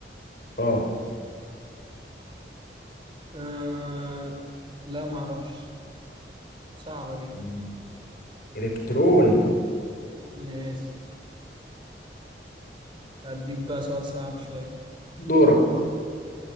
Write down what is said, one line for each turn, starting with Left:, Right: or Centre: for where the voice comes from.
Left: اه
Right: آه لا ما اعرفش صعبة دي
Left: مم. إلكترون
Right: ماشي أديك بقى سؤال صعب شوية
Left: دورق